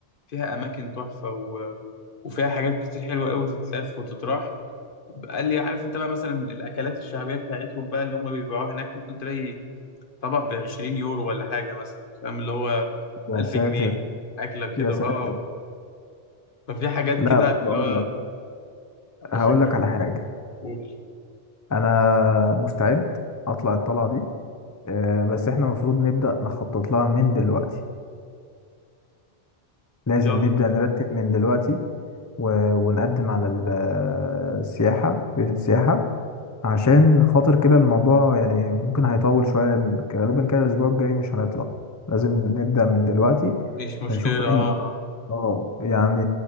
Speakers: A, on the left; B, on the left.
A: فيها اماكن تحفة و... وفيها حاجات كتير حلوة قوي تتلف وتتراح قال لي عارف انت بقى مثلا الاكلات الشعبية بتاعتهم بقى اللي هم بيبيعوها هناك ممكن تلاقي طبق ب 20 يورو ولا حاجة مثلا فاهم اللي هو
B: يا
A: ب 1000
B: ساتر
A: جنيه اكلة كده
B: يا ساتر
A: اه ففي حاجات
B: لا
A: كده عارف
B: بقول
A: اللي هو
B: لك
A: عشان
B: هقول
A: كده
B: لك على حاجة
A: قول
B: أنا مستعد أطلع الطلعة دي آه، بس إحنا المفروض نبدأ نخطط لها من دلوقتي لازم
A: يلا
B: نبدأ نرتب من دلوقتي و... ونقدم على ال- السياحة فيزا السياحة عشان خاطر كده الموضوع يعني ممكن هيطول شوية لأن غالبا كده الأسبوع الجاي مش هنطلع لازم نبدأ من دلوقتي
A: مش مشكلة
B: ونشوف ايه
A: اه اه
B: اه يعني